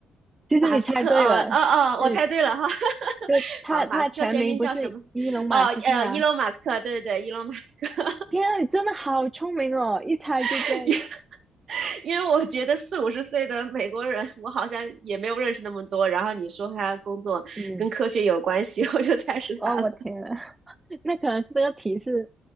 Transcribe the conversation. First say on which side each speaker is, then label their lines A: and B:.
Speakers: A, on the right (about 15°); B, on the right (about 55°).
A: 其实你猜对了，
B: 马斯克？哦哦哦，
A: 对
B: 我猜对了哈。<laughs>
A: 对，他他全名不是伊隆马斯克啊，
B: 好，马斯克全名叫什么？哦呃，伊隆马斯克，对对对，伊隆马斯克，
A: 天啊，你真的好聪明哦，一猜就中。
B: <laughs> 因为我觉得四五十岁的美国人，我好像也没有认识那么多。然后你说他工作跟科学有关系，
A: 嗯
B: <laughs> 我就猜是他了。
A: 哦，我天呐，<laughs> 那可能是这个提示。